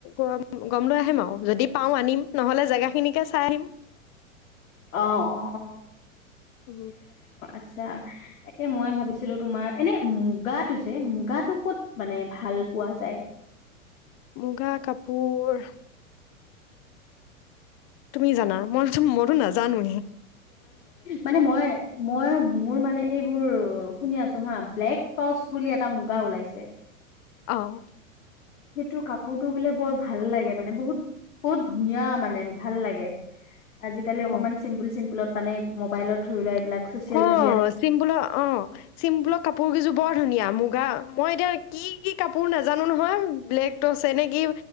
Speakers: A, on the left (about 40°); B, on the left (about 70°).
A: গম গম লৈ আহিম আৰু যদি পাওঁ আনিম, নহ'লে জেগাখিনিকে চাই আহিম
B: অ অ অ
A: উম
B: আচ্ছা, তাকে মই ভাবিছিলো তোমাৰ, এনে মুগাটো যে মুগাটো ক'ত, মানে ভাল পোৱা যায়
A: মুগা কাপুৰ তুমি জানা, মই মইতো নাজানোয়ে
B: মানে মই, মই মোৰ মানে এইবোৰ, শুনি আছো হা ব্লেক টচ বুলি এটা মুগা ওলাইছে
A: অহ
B: সেইটো কাপোৰটো বোলে বৰ ভাল লাগে মানে বহুত, বহুত ধুনীয়া মানে ভাল লাগে আজিকালি অকণমান
A: অ
B: চিম্পুল চিম্পুলত মানে মোবাইলত ধৰি লোৱা এইবিলাক
A: অ
B: ছচিয়েল মিডিয়াত
A: চিম্পুলৰ অ চিম্পুলৰ কাপোৰ কেইযোৰ বৰ ধুনীয়া মুগা মই এতিয়া কি কি কাপোৰ নাজানো নহয়, ব্লেক টচে নে কি